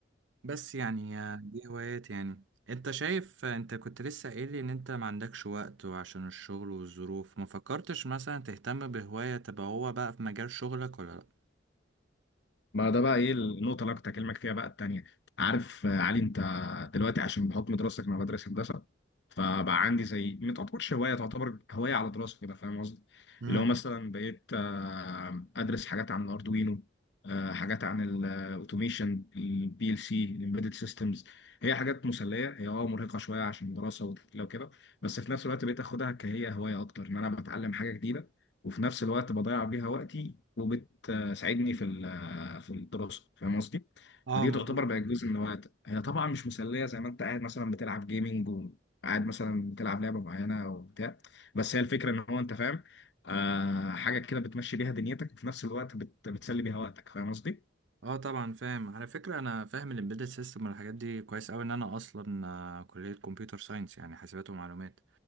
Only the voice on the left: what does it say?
ما ده بقى ايه النقطة اللي أنا كنت هكلمك فيها بقى التانية عارف آه، علي أنت دلوقتي عشان بحكم دراستك أنا بدرس هندسة فبقى عندي زي ما تعتبرش هواية تعتبر هواية على دراسة كده فاهم قصدي؟
اللي هو مثلا بقيت آه، أدرس حاجات عن الأردوينو آه، حاجات عن الأوتوميشن البي ال سي الإمبيدد سيستمز هي حاجات مسلية هي اه مرهقة شوية عشان دراسة وتقيلة وكده بس في نفس الوقت بقيت أخدها كهي هواية أكتر إن أنا بتعلم حاجة جديدة وفي نفس الوقت بضيع بيها وقتي وبتساعدني في آه، في الدراسه فاهم قصدي؟
فدي
تعتبر بقت جزء من هواياتك هي طبعا مش مسليه زي ما انت قاعد مثلا بتلعب جيمنج وقاعد مثلا بتلعب لعبه معينه او بتاع بس هي الفكره ان هو انت فاهم آه حاجه كده بتمشي بيها دنيتك وفي نفس الوقت بت... بتسلي بيها وقتك فاهم قصدي؟